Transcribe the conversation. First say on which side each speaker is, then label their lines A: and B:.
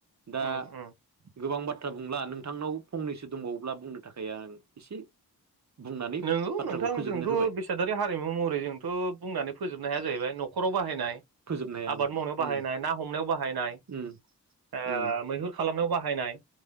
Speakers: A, on the right (about 45°); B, on the right (about 70°).
A: दा
B: उम उम
A: गोबां बाथ्रा बुंला नोंथांनाव फंनैसो दंबावोब्ला बुंनो थाखाय आं एसे बुंनानै
B: नोंगौ
A: बाथ्राखौ
B: नोंथां
A: फोजोबनो
B: जोंथ'
A: होबाय
B: बेसे बेसादारि हारिमु महरै जोंथ' बुंनानै फोजोबनो हाया जाहैबाय न'खराव बाहायनाय
A: फोजोबनो हाया आं
B: आबाद मावनायाव बाहायनाय
A: उम
B: ना हमनायाव बाहायनाय
A: उम उम
B: ओ मैहुर खालामनायाव बाहायनाय